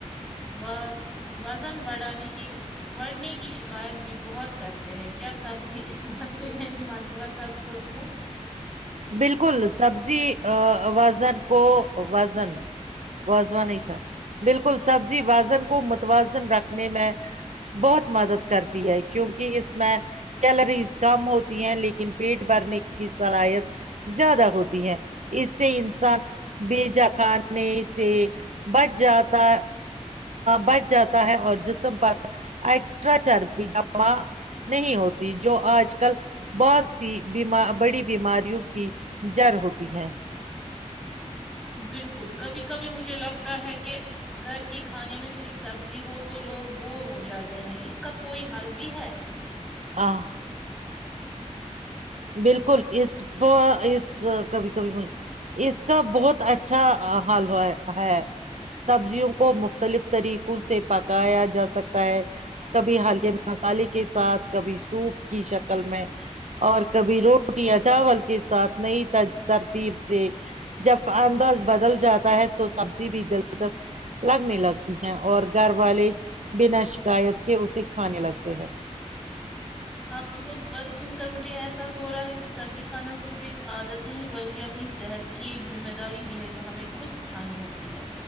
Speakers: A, in the centre; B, on the right.
A: باز وزن بڑھانے کے لیے بڑھنے کی شکایت بھی بہت کرتے ہیں کیا سبزی اس مسئلے میں بھی مددگار ثابت ہوتی ہے
B: بالکل سبزی وزن کو وزن واازوا نہیں تھا بالکل سبزی وازن کو متوازن رکھنے میں بہت مدد کر کرتی ہے کیونکہ اس میں کیلریز کم ہوتی ہیں لیکن پیٹ بھرنے کی صلاحیت زیادہ ہوتی ہے اس سے انسان بیجا خان سے بچ جاتا بچ جاتا ہے اور جسم پر ایکسٹرا چربی جمع نہیں ہوتی جو آج کل بہت سی بیما بڑی بیماریوں کی جڑ ہوتی ہے
A: بلکل کبھی کبھی مجھے لگتا ہے کہ گھر کے کھانے میں صرف سبزی ہو تو لوگ بور ہو جاتے ہیں اس کا کوئی حل بھی ہے
B: آہ بلکل اس اس کبھی کبھی مج اس کا بہت اچھا حل ہے سبزیوں کو مختلف طریقوں سے پکایا جا سکتا ہے کبھی ہلکے مسالے کے ساتھ کبھی سوپ کی شکل میں اور کبھی روٹی یا چاول کے ساتھ نئی ترتیب سے جب انداز بدل جاتا ہے تو سبزی بھی دلچسپ لگنے لگتی ہیں اور گھر والے بنا شکایت کے اسے کھانے لگتے ہیں
A: آپ کی بہ باتیں سن کر مجھے احساس ہو رہا ہے کہ سبزی کھانا صرف ایک عادت نہیں بلکہ اپنی صحت کو کی ایک ذمہ داری بھی ہے جو ہمیں خود اٹھانی ہوتی ہے